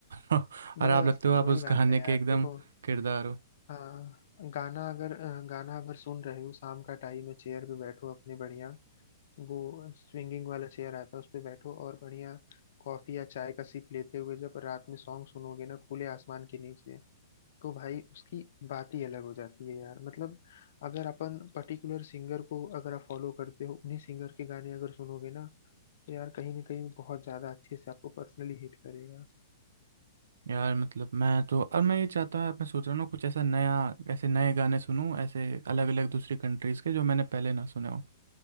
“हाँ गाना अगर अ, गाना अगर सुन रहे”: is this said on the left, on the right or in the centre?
Left